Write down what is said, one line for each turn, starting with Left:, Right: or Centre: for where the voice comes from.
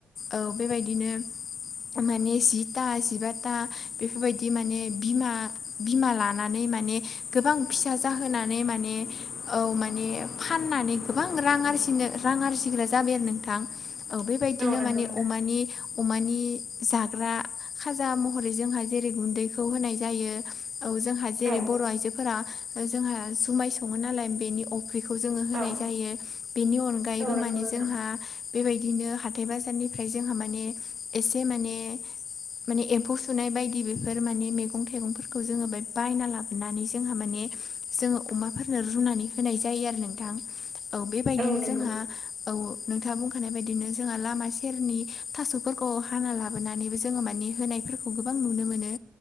Left: औ बेबायदिनो माने जिथा जिबाथा बेफोरबायदि माने बिमा बिमा लानानै माने गोबां फिसा जाहोनानै माने औ माने फाननानै गोबां रां आरजिनो रां आरजिग्रा जाबाय आरो नोंथां औ बेबायदिनो
Right: नंगौ
Left: माने
Right: नोंथां
Left: अमानि अमानि जाग्रा खाजा महरै जोंहा जेरै गुन्दैखौ होनाय जायो औ जोंहा जेरै
Right: औ
Left: बर' आइजोफोरा जोंहा जुमाय सङो नालाय बेनि फुख्रिखौ जोङो होनाय
Right: औ
Left: जायो बेनि अनगायैबो
Right: औ नंगौ
Left: माने
Right: नोंथां
Left: जोंहा बेबायदिनो हाथाइ बाजारनिफ्राय जोंहा माने एसे माने माने एम्फौ सुनाय बायदि बेफोर माने मैगं थाइगंफोरखौ जोङो बेाय बायना लाबोनानै जोंहा माने जोङो अमाफोरनो रुनानै होनाय जायो आरो नोंथां औ बेबायदिनो
Right: औ नंगौ
Left: जोंहा औ नोंथाङा बुंखानाय बायदिनो जोंहा लामा सेरनि थास'फोरखौ हाना लाबोनानैबो जोङो मानि होनाय फोरफोरखौ गोबां नुनो मोनो